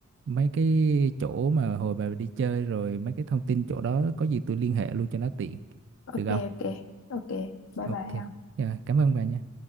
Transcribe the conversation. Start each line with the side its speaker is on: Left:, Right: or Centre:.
Right: mấy cái chỗ mà hồi bà đi chơi rồi mấy cái thông tin chỗ đó có gì tôi liên hệ luôn cho nó tiện
Left: ok
Right: được không?
Left: ok ok bye
Right: Ok.
Left: bye ông
Right: Dạ, cảm ơn bà nha.